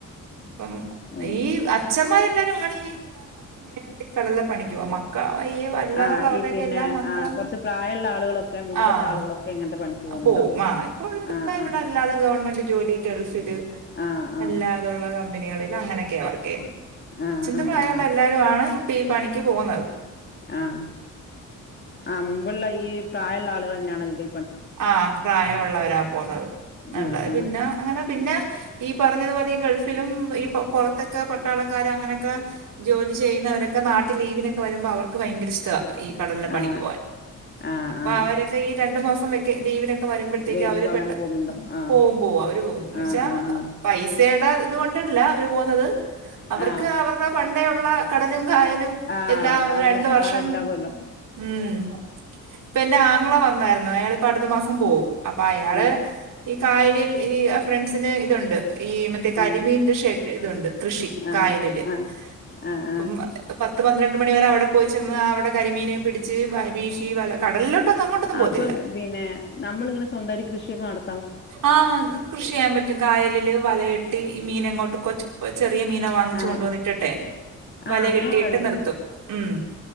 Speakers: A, on the right; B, on the left.
A: പ്പം
B: അതെ
A: ഈവ് അച്ഛ <unintelligible> അല്ലാതുള്ള
B: ആഹ്
A: അവർടെക്കെ
B: ഈ പിന്നെ
A: എല്ലാ മക്കളും
B: ആഹ് കുറച്ച് പ്രായമുള്ള ആളുകളൊക്കെ മുമ്പത്തെ
A: ആഹ്‌
B: ആളുകളൊക്കെ ഇങ്ങനത്തെ പണിക്ക് പോകുന്നുണ്ടാവും
A: പോം ആ ഇപ്പോ <unintelligible>
B: ആഹ് ആഹ്
A: ഗവൺമെന്റ് ജോലി ഗൾഫില്
B: ആഹ് ആഹ്
A: അല്ലാതുള്ള കം മ്പനിയാളില് അങ്ങനെയൊക്കാ വർക്ക്‌ ചെയ്യ്
B: ആഹ്
A: അച്ഛന്റെ പ്രായള്ള
B: അങ്ങനെ അങ്ങനെ
A: എല്ലാരും ആണ് പ്പ ഈ പണിക്ക് പോന്നത്
B: ആഹ് ആഹ് മുമ്പുള്ള ഈ പ്രായമുള്ള ആളുകൾ തന്നെയാണ് ല്ലത്
A: ആ പ്രായമള്ളവരാ പോന്നത് <unintelligible>
B: ആഹ് ആഹ്
A: പിന്നെ അങ്ങനെ പിന്നെ ഈ പറഞ്ഞതുപോലെ ഈ ഗൾഫിലും ഈ പൊറത്തൊക്കെ പട്ടാളക്കാര് അങ്ങനൊക്കെ ജോലി ചെയ്യുന്നവരൊക്കെ നാട്ടില് ലീവിനൊക്കെ വരുമ്പോ അവർക്ക് ഭയങ്കര ഇഷ്ട ഈ കടലിലെ പണിക്ക്
B: ആഹ്
A: പോകാൻ
B: ആഹ്
A: അപ്പൊ
B: ആഹ്
A: അവരൊക്കെ ഈ രണ്ട് മാസം ക്കെ ലീവിന് വരുമ്പഴത്തേക്ക്
B: വരുമ്പോ
A: അവര്
B: അങ്ങനെ
A: പെട്ട
B: പോകുന്നുണ്ടോ ആഹ്
A: പോവും പോവും അവര് പോവും എന്ന് വെച്ചാ
B: ആഹ് ആഹ്
A: പൈസേ ന്താ ഇത് കൊണ്ടല്ല അവര് പോകുന്നത്? അവർക്ക്
B: ആഹ്
A: അവരുടെ പണ്ടേ ഉള്ള കടലും കായലും
B: ആഹ് ആഹ്
A: എല്ലാം
B: അങ്ങനെ
A: രണ്ട്‌ വർഷം
B: ആഹ് ഉണ്ടാവുമല്ലോ
A: ഉം ഇപ്പൊ എന്റെ ആങ്ങള വന്നായിരുന്നു അയാളി പ്പ അടുത്ത മാസം പോവും. അപ്പൊ അയാള്
B: ആഹ്
A: കായലിൽ ഈ ഫ്രണ്ട്സിന് ഇതുണ്ട് ഈ മറ്റേ കരിമീന്റെ
B: ആഹ്
A: ഷെ ടെ ഇതുണ്ട്. കൃഷി
B: ആഹ്
A: കായലില്
B: ആഹ് ആഹ്
A: അപ്പം
B: ആഹ്
A: പ ത്ത് പന്ത്രണ്ട് മണി വരെ അവിടെ പോയി ചെന്ന് അവിടെ കരിമീനേയും പിടിച്ച് വ വീശി വല കടലിലോട്ട് ട്ടൊന്ന് അങ്ങോട്ടൊന്നും പോകത്തില്ല.
B: അപ്പൊ പിന്നെ നമ്മളിങ്ങനെ സ്വന്തമായി കൃഷിയൊക്കെ നട
A: ആഹ് കൃഷിയെയ്യാൻ പറ്റും കായലില് വല ഇ ട്ടി മീനങ്ങോട്ട് കൊച്ച് കൊച്ച് ചെറിയ മീനെ വാങ്ങിച്ച്
B: ആ
A: കൊണ്ടോന്ന്ട്ട്ട്ടെ
B: ആ
A: വല
B: അങ്ങനെയൊക്കെ
A: കെട്ടിയിട്ട്
B: ഉണ്ട്
A: നിർത്തും ഉം